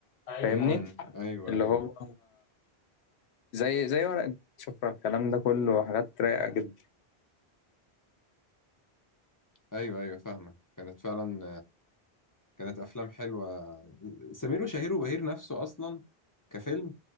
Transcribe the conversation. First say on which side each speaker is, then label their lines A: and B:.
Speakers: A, on the left; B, on the left.
A: فاهمني
B: امم أيوه
A: اللي
B: أيوه
A: هو زي زي ورقة شفرة الكلام ده كله حاجات رايقة جدا
B: أيوه أيوه فاهمة كانت فعلا كانت افلام حلوه سمير وشهير وبهير نفسه اصلا كفيلم